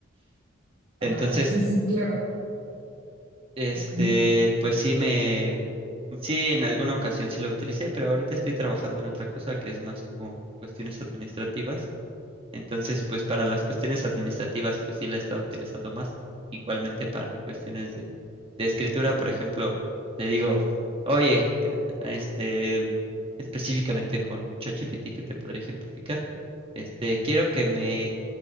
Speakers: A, on the right; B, on the right.
A: Ah,
B: Entonces,
A: sí, sí, claro.
B: Este,
A: Ok.
B: pues sí me, sí en alguna ocasión sí la utilicé, pero ahorita estoy trabajando en otra cosa que es más como cuestiones administrativas. Entonces, pues para las cuestiones administrativas, pues sí la he estado utilizando más. Igualmente para cuestiones de, de escritura, por ejemplo, le digo, oye, ca- a este, específicamente con ChatGPT que te podré ejemplificar, este, quiero que me